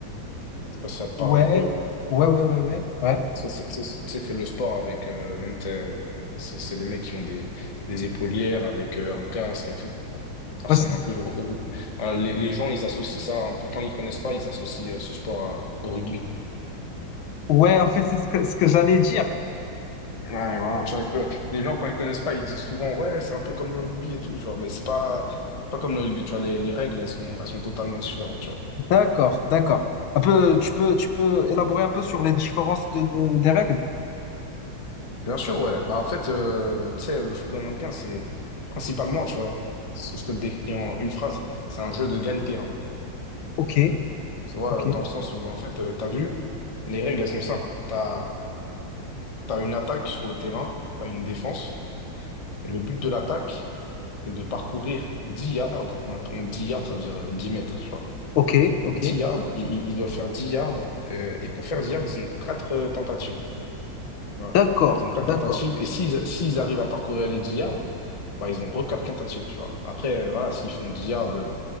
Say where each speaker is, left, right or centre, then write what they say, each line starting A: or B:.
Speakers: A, on the left; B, on the left.
A: Je sais pas si ça te parle
B: Ouais,
A: un peu.
B: ouais, ouais, ouais, ouais, ouais.
A: Tu sais, c'est tu sais, tu sais, c'est le sport avec, euh, même t'es- c'est c'est des mecs qui ont des, des épaulières avec euh, un casque et tout. Ça ressemble
B: Ouais, c'est-
A: un peu au, au- à- les, les gens, ils associent ça un peu, quand ils connaissent pas, ils associent euh, ce sport à- au rugby.
B: ouais, en fait, c'est ce que, ce que j'allais dire.
A: Ouais, voilà, tu vois, un peu. Les gens, quand ils connaissent pas, ils disent souvent, ouais, c'est un peu comme le rugby et tout, genre, mais c'est pas, c'est pas comme le rugby, tu vois, les, les règles, elles sont, elles sont totalement différentes, tu vois.
B: D'accord, d'accord. Un peu, tu peux, tu peux élaborer un peu sur les différences de, de- des règles.
A: Bien sûr, ouais. Bah, en fait, euh, tu sais, le football américain, c'est principalement, tu vois, si je te le décris en une phrase, c'est un jeu de gagne-terrain.
B: Ok,
A: Tu vois,
B: ok,
A: dans le sens où, en fait, euh, t'as vu, les règles, elles sont simples. T'as, t'as une attaque sur le terrain, t'as une défense, et le but de l'attaque, c'est de parcourir 10 yards. On on- 10 yards, ça veut dire euh, 10 mètres, tu vois.
B: ok, ok.
A: dix yards, ils, ils- ils doivent faire 10 yards. euh, et pour faire 10 yards, ils ont 4 tentatives. Voilà.
B: D'accord,
A: Ils ont 4
B: d'accord,
A: tentatives. Et s'ils s'ils arrivent à parcourir les 10 yards, bah, ils ont re 4 tentatives, tu vois. Après, euh, voilà, s'ils font 10 yards, euh,